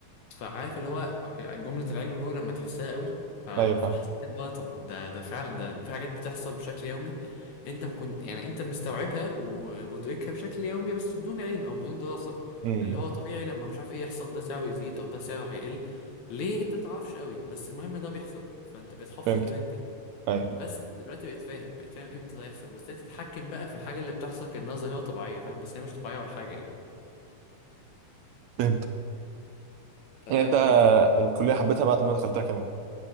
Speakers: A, on the left; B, on the right.
A: فعارف اللي هو جملة العلم والنور لما تحسها قوي ف- فحسيت
B: ايوه فاهم
A: اللي هو طب ده ده فعلا ده في حاجات بتحصل بشكل يومي انت ما كنت يعني انت مستوعبها ومدركها بشكل يومي بس بدون علم او بدون دراسة
B: امم
A: اللي هو طبيعي لما مش عارف ايه يحصل ده سعره يزيد او ده سعره هيقل ليه انت ما تعرفش قوي بس المهم ده بيحصل فانت بتحافظ
B: فهمت
A: الترند يعني.
B: ايوه
A: بس دلوقتي بقيت فاهم بقيت فاهم امتى ده يحصل وازاي تتحكم بقى في الحاجة اللي بتحصل كأنها ظاهرة طبيعية فاهم بس هي مش طبيعية ولا حاجة يعني
B: فهمت
A: فده
B: يعني انت
A: من دي
B: الكليه حبيتها بعد ما دخلتها كمان